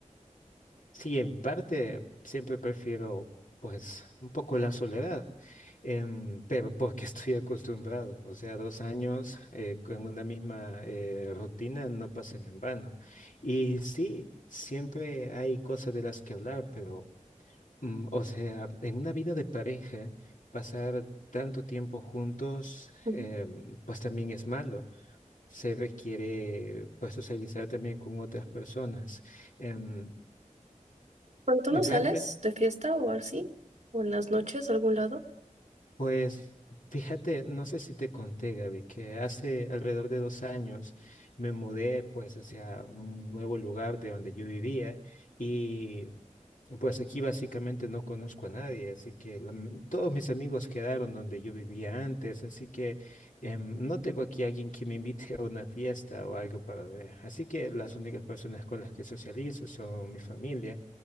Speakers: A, on the left; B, on the right.
A: Sí, en parte siempre prefiero, pues, un poco la soledad, em, pero porque <laughs> estoy acostumbrado. O sea, dos años eh, con una misma eh, rutina no pasan en vano. Y sí, siempre hay cosas de las que hablar, pero Mm, O sea, en una vida de pareja, pasar tanto tiempo juntos,
B: Ujú.
A: em, pues también es malo. Se requiere, pues, socializar también con otras personas. Em,
B: Bueno, ¿tú
A: Realmente
B: no sales de fiesta o así? ¿O en las noches a algún lado?
A: Pues fíjate, no sé si te conté, Gaby, que hace alrededor de dos años me mudé pues hacia un nuevo lugar de donde yo vivía y pues aquí básicamente no conozco a nadie, así que la todos mis amigos quedaron donde yo vivía antes, así que em, no tengo aquí alguien que me invite a una fiesta o algo para ver. Así que las únicas personas con las que socializo son mi familia